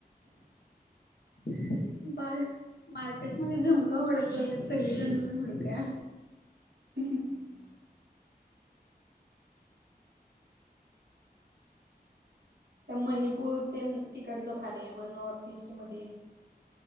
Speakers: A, on the left; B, on the right.
A: ह बाळ मार्केटमध्ये झूमक हूडकल्यागत सगळी जण मिळून हूडकूया
B: ह त्या मणिपूर तेन तिकडचं भारिय बग नॉर्त ईस्टमध्ये